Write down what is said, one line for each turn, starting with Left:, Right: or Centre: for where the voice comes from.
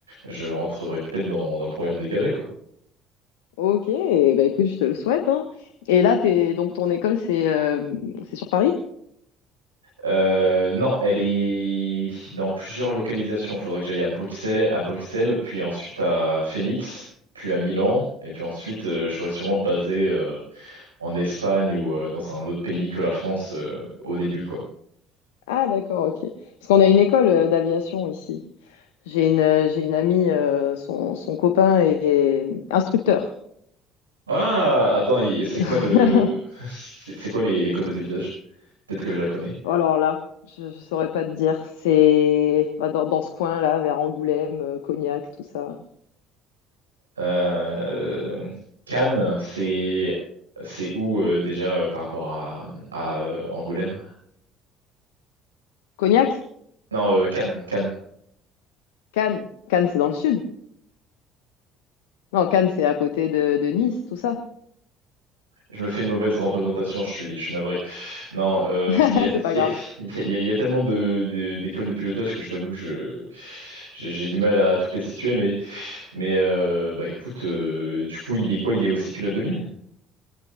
Right: je rentrerai peut-être dans dans le programme des cadets, quoi.
Left: Ok. Eh ben écoute, je te le souhaite, hein. Et là, t'es, donc ton école, c'est euh, c'est sur Paris?
Right: Euh, non, elle est dans plusieurs localisations. Il faudrait que j'aille à Bruxelles, à Bruxelles, puis ensuite à Phoenix, puis à Milan, et puis ensuite euh, je serais sûrement basé euh, en Espagne ou euh, dans un autre pays que la France euh, au début, quoi.
Left: Ah, d'accord, ok. Parce qu'on a une école euh, d'aviation ici. J'ai une, euh, j'ai une amie, euh, son, son copain est est instructeur.
Right: Ah, attends, il- c'est quoi
Left: <laughs>
Right: le, <laughs> c'est c'est quoi les, les codes de pilotage? Peut-être que je la connais.
Left: Oh, Alors là, je, je saurais pas te dire. C'est bah, dans, dans ce coin-là, vers Angoulême, euh, Cognac, tout ça.
Right: Euh, Cannes, c'est c'est où euh, déjà euh, par rapport à, à, euh, Angoulême?
Left: Cognac?
Right: Non, euh, Cannes, Cannes.
Left: Cannes. Cannes, c'est dans le sud. Non, Cannes, c'est à côté de, de Nice, tout ça.
Right: Je me fais une mauvaise représentation, je suis, je suis navré. Non, euh,
Left: <laughs>
Right: parce qu'il y a, <laughs>
Left: C'est pas
Right: il
Left: grave.
Right: y a, il y a- il y a tellement de, de- d'écoles de pilotage que je t'avoue, je, j'ai j'ai du mal à toutes les situer, mais, mais euh, bah écoute, euh, du coup, il est quoi? Il est aussi pilote de ligne?